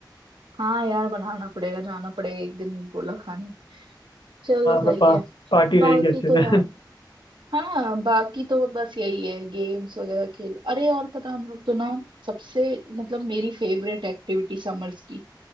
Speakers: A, on the right (about 80°); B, on the left (about 80°).
A: हाँ यार बनाना पड़ेगा जाना पड़ेगा एक दिन गोला खाने चलो
B: हाँ
A: सही
B: मतलब पा,
A: है
B: पार्टी
A: बाकी
B: रहेगी अच्छे
A: तो यार
B: से <laughs>
A: हाँ बाकी तो बस यही है गेम्स वगैरह खेल अरे और पता हम लोग तो ना सबसे मतलब मेरी फेवरेट एक्टिविटी समर्स की